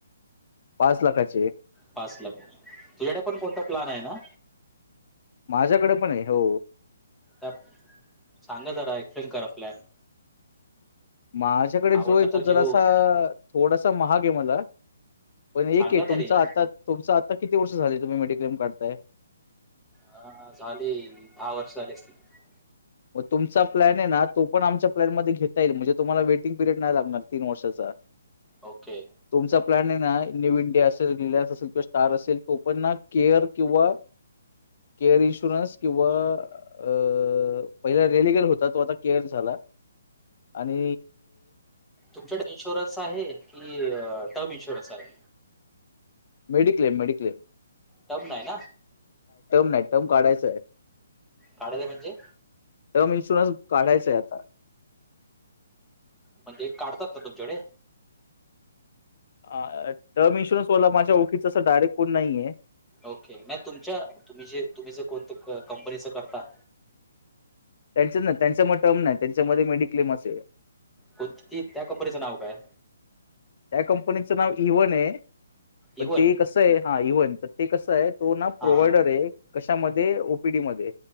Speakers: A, on the left (about 50°); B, in the centre.
A: पाच लाखाचे
B: पाच लाखाचे, तुझ्याकडे पण कोणता प्लान आहे ना?
A: माझ्याकडे पण आहे हो.
B: तर सांगा जरा, एक्सप्लेन करा प्लॅन.
A: माझ्याकडे
B: आवडलं
A: जो येतो
B: तर घेऊ
A: जरासा, थोडासा महाग आहे मला पण एक
B: सांगा
A: हे, तुमचा
B: तरी
A: आता तुमचा आता किती वर्ष झाली, तुम्ही मेडिक्लेम काढताय?
B: हां हां झाले, दहा वर्ष झाली असतील.
A: मग तुमचा प्लॅन आहे ना, तो पण आमच्या प्लॅनमध्ये घेता येईल, म्हणजे तुम्हाला वेटिंग पिरियड नाही लागणार तीन वर्षाचा.
B: ओके
A: तुमचा प्लॅन हे ना, न्यू इंडिया असलं, रिलायन्स अस तो तर स्टार असेल, तो पण ना, केअर किंवा केअर इशु प्लस किंवा अं पहिला रेलिगल होता, तो आता केअर झाला आणि
B: तुमच्याकडे इन्शुरन्स आहे कि, टर्म इन्शुरन्स आहे.
A: मेडिक्लेम-मेडिक्लेम.
B: <unintelligible> नाही ना?
A: नाही, टर्म काढायचाय.
B: काढायचं म्हणजे?
A: टर्म इन्शुरन्स काढायचाय आता.
B: म्हणजे काढतात ना तुमच्याकडे?
A: आं टर्म इन्शुरन्सवाला माझ्या ओळखीचा असा डायरेक्ट कोण नाही आहे.
B: ओके नाही तुमच्या, तुम्ही जे, तुम्ही जे, कोणते कंपनीचं करता
A: असं नाय, त्यांच्यामध्ये टर्म नाय, त्यांच्यामध्ये मेडिक्लेमच आहे.
B: कोण किती? त्या कंपनीचं नाव काय?
A: त्या कंपनीचं नाव इव्हन आहे. पण
B: इवन
A: ते कसं आहे हा इव्हन तर ते कस आहे तो ना
B: हा
A: प्रोव्हायडर
B: हा
A: आहे कशामध्ये ओपीडी म